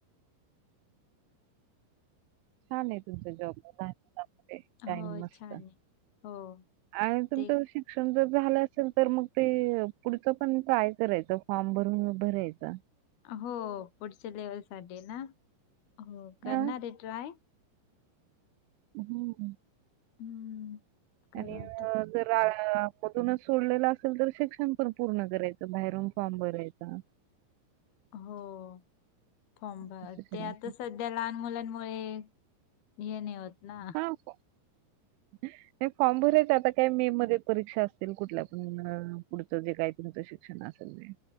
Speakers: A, on the right; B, on the left.
A: छान ए तुमचा जॉब- टाइम
B: हो
A: मस्त
B: छान आहे हो
A: आणि तुमचं
B: ते
A: <unintelligible> -क्षण जर झालं असेल तर मग ते पुढचं पण ट्राय करायचा. फॉर्म भरून भरायचा.
B: हो. पुढच्या लेवल साठी ना? हो करणार
A: हा.
B: ए ट्राय.
A: हम्म. ह.
B: हम्म करू
A: आणि-
B: आता
A: जर मधूनच सोडलेलं असेल तर, शिक्षण पण पूर्ण करायचं. बाहेरून फॉर्म भरायचा. हा
B: हो. फॉम भर,
A: असं करायचं
B: ते आता सध - ध्या लहान मुलांमुळे हे नाही होत. ना
A: हा का? नाही फॉर्म भरायचा. आता काय मे मध्ये परीक्षा असतील कुठल्या पण. पुढचं जे काही तुमचं शिक्षण असेल ते.